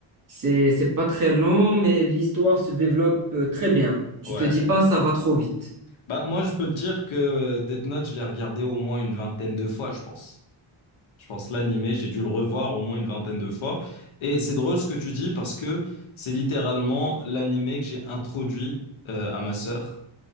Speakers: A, on the right; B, on the left.
A: c'est, c'est pas très long, mais l'histoire se développe euh, très bien. Tu
B: Ouais.
A: te dis pas, ça va trop vite.
B: Bah, moi, je peux te dire que euh, Death Note, je l'ai regardé au moins une vingtaine de fois, je pense. Je pense l'animé, j'ai dû le revoir au moins une vingtaine de fois. Et c'est drôle ce que tu dis parce que c'est littéralement l'animé que j'ai introduit euh, à ma sœur.